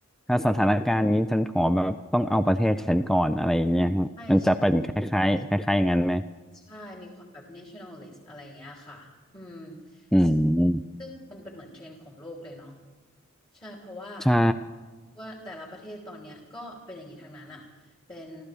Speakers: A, in the centre; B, on the left.
A: ถ้าสถานการณ์นี้ ฉันขอแบบ ต้องเอาประเทศฉันก่อน อะไรอย่างเงี้ยฮะมันจะเป็นคล้ายๆคล้ายๆอย่างนั้นไหม
B: ใช่ใช่ใช่มีความแบบ nationalist อะไรอย่างเงี้ยค่ะ อืม
A: อืม
B: ซึ่งซึ่งมันเป็นเหมือนเทรนด์ของโลกเลยเนาะ ใช่เพราะว่า
A: ใช่
B: ว่าแต่ละประเทศตอนเนี้ยก็เป็นอย่างนี้ทางนั้นอ่ะเป็น